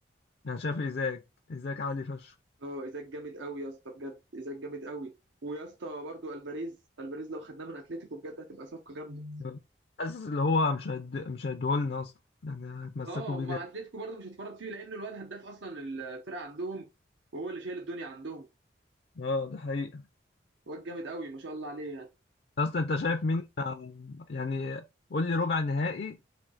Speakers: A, on the left; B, on the right.
A: انا شايف ازاك ازاك عالي فشخ
B: اه ايزاك جامد قوي يا اسطى بجد ايزاك جامد قوي ويا اسطى برضو الفاريز الفاريز لو خدناه من اتلتيكو بجد هتبقى صفقه جامده
A: آه. حاسس اللي هو مش هيد... مش هيديهولنا اصلا يعني هتمسكوا
B: اه
A: بيه
B: ما
A: جامد
B: اتلتيكو برضو مش هتفرط فيه لانه الواد هداف اصلا الفرقه عندهم وهو اللي شايل الدنيا عندهم
A: اه ده حقيقي
B: واد جامد قوي ما شاء الله عليه
A: اصلا انت شايف مين يعني قول لي ربع نهائي